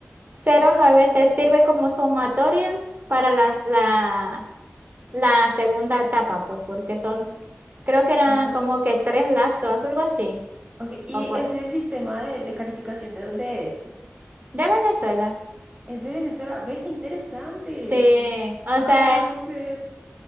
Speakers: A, on the right (about 40°); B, on the right (about 25°).
A: cero nueve te sirve como sumatoria para la, la, la segunda etapa, pues, porque son, creo que eran
B: ajá.
A: como que tres laxos, algo así,
B: Ok, ¿y
A: o cuatro.
B: ese sistema de, de calificación de dónde es?
A: De Venezuela.
B: Es de Venezuela. Ve qué interesante.
A: Sí, o
B: Ay,
A: sea,
B: no lo puedo creer.